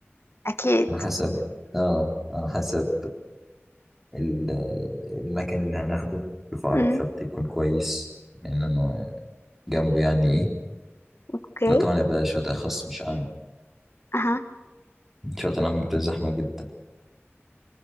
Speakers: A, on the left (about 60°); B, in the centre.
A: أكيد
B: على حسب اه على حسب ال- المكان اللي هناخده شوف أقرب
A: مم.
B: شط يكون كويس لأنه جنبه يعني إيه
A: أوكي
B: ده طبعا يبقى شاطئ خاص مش عام
A: أها
B: شاطئ عام بتبقى زحمة جدا